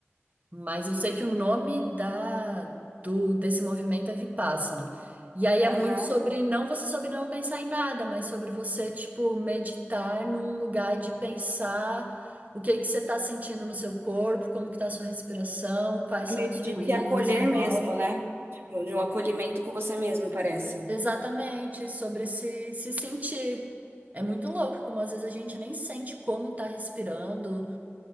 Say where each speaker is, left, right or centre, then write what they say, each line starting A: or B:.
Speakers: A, on the right; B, on the right.
A: mas eu sei que o nome da do desse movimento é Vipassana. E aí é
B: Aham.
A: muito sobre não você sobre não pensar em nada, mas sobre você tipo meditar num lugar de pensar o que que você está sentindo no seu corpo, como que está a sua respiração, quais
B: É
A: são
B: meio
A: os
B: que de
A: ruídos
B: se acolher
A: em
B: mesmo,
A: volta.
B: né? Tipo, de um acolhimento com você mesmo, parece.
A: Exatamente, sobre se se sentir. É muito louco, como às vezes a gente nem sente como tá respirando.